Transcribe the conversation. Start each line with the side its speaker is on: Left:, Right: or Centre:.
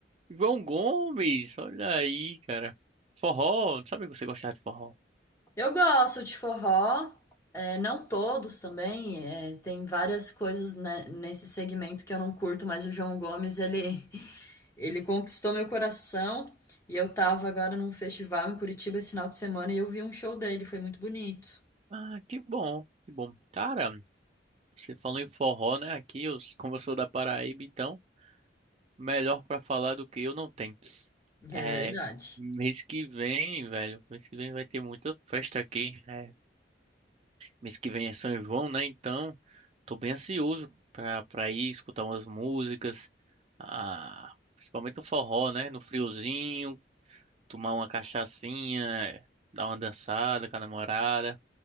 Right: João Gomes, olha aí, cara. Forró, sabe que você gostava de forró?
Left: Eu gosto de forró, é, não todos também, é, tem várias coisas né, nesse segmento que eu não curto, mas o João Gomes, ele, <laughs> ele conquistou meu coração e eu tava agora num festival em Curitiba esse final de semana e eu vi um show dele, foi muito bonito.
Right: Ah, que bom, que bom. Cara, você falou em forró, né? Aqui, eu, como eu sou da Paraíba, então, melhor pra falar do que eu não tenho.
Left: É
Right: É,
Left: verdade.
Right: mês que vem, velho, mês que vem vai ter muita festa aqui. é, Mês que vem é São João, né? Então, tô bem ansioso pra, pra ir escutar umas músicas, ah, principalmente o forró, né? No friozinho, tomar uma cachaçinha, dar uma dançada com a namorada,